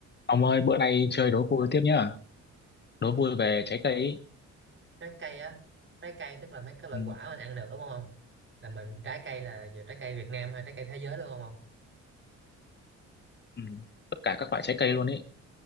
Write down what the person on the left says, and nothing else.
Ông ơi, bữa nay chơi đố vui tiếp nhá. Đố vui về trái cây ý.
Ừ,
ừ. Tất cả các loại trái cây luôn ý.